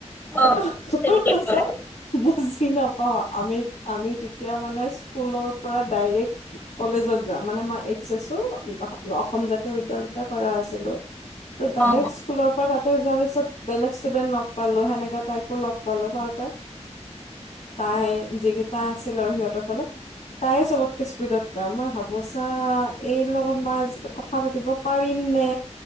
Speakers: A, on the left; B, on the left.
A: অ
B: <unintelligible>
A: তেনেকে কয়
B: <unintelligible> নাপাও আমি আমি তেতিয়া মানে স্কুলৰ পৰা ডাইৰেক্ট। কলেজত। যোৱা, মানে মই এইক চাইছো অসম জাতীয় বিদ্যালয়তে কৰা আছে। ত' ডাইৰেক্ট
A: অ অ
B: স্কুলৰ পৰা তাক তই যোৱাৰ পিছত বেলেগ ষ্টুডেন্ট লগ পালো সেনেকে তাইকো লগ পালো বাৰু তাই, তাই যিকিটা আছিল আৰু সিহঁতৰ ফালত তাইে চবতকে স্পিডত মই ভাবো চা এইৰ লগত মই আজি কথা পাতিব পাৰিম নে,